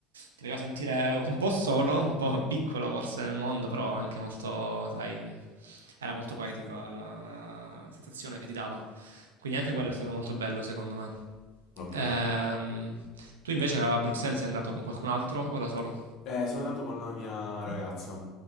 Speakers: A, on the right; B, on the left.
A: ti faceva sentire un po' solo, un po' piccolo forse nel mondo, però anche molto, sai, era molto poetico la, la sensazione che ti dava. Quindi anche quello
B: Mm.
A: è stato molto bello secondo me.
B: Ok. ok.
A: Ehm, tu invece a Bruxelles sei andato con qualcun altro o da solo?
B: Eh, sono andato con la mia ragazza.